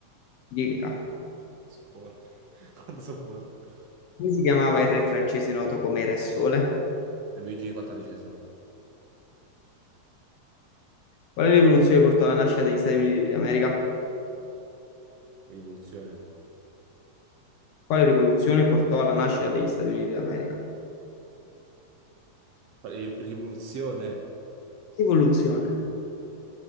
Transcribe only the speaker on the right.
So forte. <laughs> Quanto so forte.
E Luigi XIV.
Rivoluzione.
Ri- Rivoluzione.